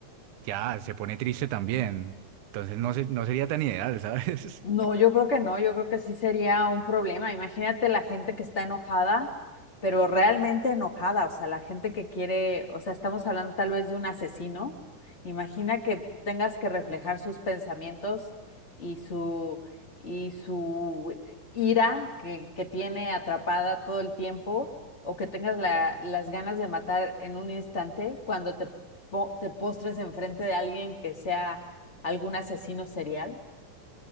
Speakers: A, on the right; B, on the left.
A: ya se pone triste también. Entonces no, se- no sería tan ideal, <laughs> ¿sabes?
B: No, yo creo que no, yo creo que sí sería un problema. Imagínate la gente que está enojada, pero realmente enojada, o sea, la gente que quiere, o sea, estamos hablando tal vez de un asesino. Imagina que tengas que reflejar sus pensamientos y su y su ira que, que tiene atrapada todo el tiempo, o que tengas la- las ganas de matar en un instante cuando te, po- te postres enfrente de alguien que sea algún asesino serial.